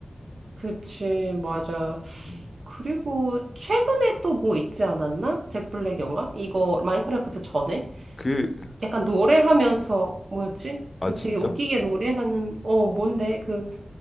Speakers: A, on the right; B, on the left.
A: 그치, 맞아.
B: 음.
A: 그리고 최근에 또 뭐 있지 않았나? 잭 블랙 영화? 이거 마인크래프트 전에?
B: 그
A: 약간 노래하면서 뭐였지?
B: 아
A: 그
B: 진짜?
A: 되게 웃기게 노래하는 어 뭔데? 그